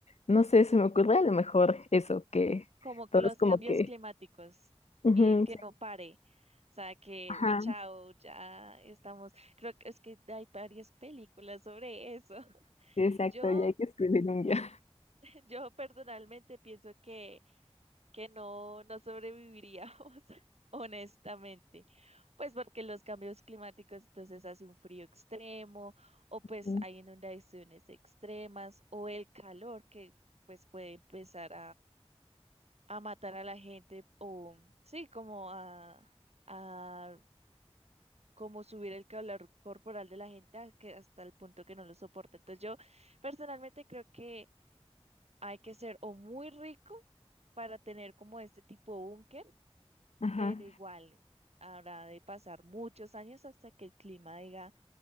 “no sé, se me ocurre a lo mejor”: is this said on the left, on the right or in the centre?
Left